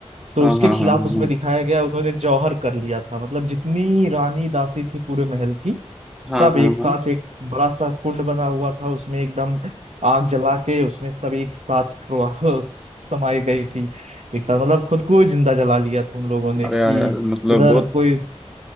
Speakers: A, on the right; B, in the centre.
A: तो
B: हाँ
A: उसके
B: हाँ
A: खिलाफ
B: हाँ हाँ
A: उसमें दिखाया गया उन्होंने जौहर कर लिया था मतलब जितनी रानी दासी थी पूरे महल की
B: हाँ
A: सब
B: हाँ
A: एक
B: हाँ हाँ
A: साथ
B: हाँ
A: एक बड़ा सा कुंड बना हुआ था उसमें एकदम आग जला के उसमें सब एक साथ प्रो- <laughs> समाई गई थी एक साथ मतलब खुद को जिंदा जला लिया था उन लोगों ने
B: अरे
A: कि
B: यार यार, मतलब
A: उधर
B: बहुत
A: कोई